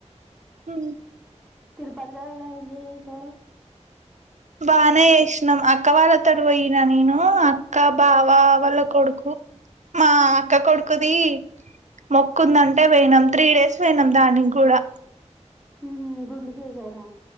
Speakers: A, on the right; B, in the centre.
A: హ
B: పది రోజులు ఎలా ఎంజాయ్ చేశారు.
A: బానే ఏసినం అక్ అక్క వాళ్ళ తడువుపోయినా నేను అక్క, బావా వాళ్ళ కొడుకు మా అక్క కొడుకుది మొక్కుందంటే పోయినాం. త్రీ డేస్ పోయినాం. దానికి కూడా
B: ఉమ్ గుండు చేసారా